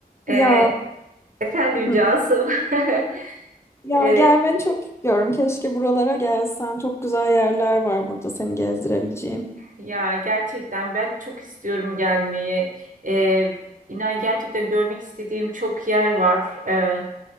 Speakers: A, on the left; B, on the right.
A: Ya
B: Ee, efendim
A: Hı.
B: Cansu. <laughs>
A: ya
B: Ee,
A: gelmeni çok istiyorum. Keşke buralara gelsen. Çok güzel yerler var burada seni gezdirebileceğim.
B: ya gerçekten ben çok istiyorum gelmeyi. Ee, inan gerçekten görmek istediğim çok yer var. Ee,